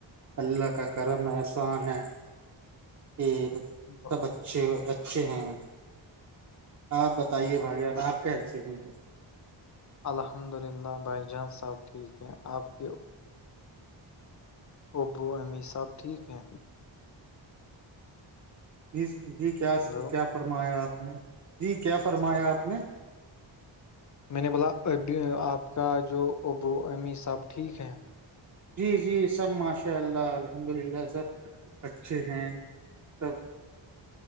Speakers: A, on the right; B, on the left.
A: اللہ کا کرم احسان ہے کہ
B: <unintelligible>
A: سب اچھے اچھے ہیں آپ بتائیے بھائی جان آپ کیسے ہیں
B: الحمد للہ بھائی جان سب ٹھیک ہے آپ کی ابو امی سب ٹھیک ہیں
A: جی جی کیا
B: ہلو
A: کیا فرمایا آپ نے جی کیا فرمایا آپ نے
B: میں نے بولا ابھی آپ کا جو ا امی سب ٹھیک ہیں
A: جی جی سب ماشاء اللہ الحمد للہ سب اچھے ہیں تو